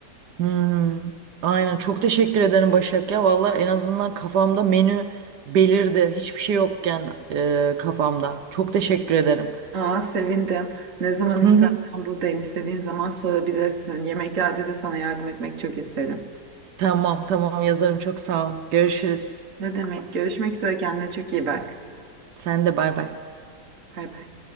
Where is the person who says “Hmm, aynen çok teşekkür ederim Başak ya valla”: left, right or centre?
Right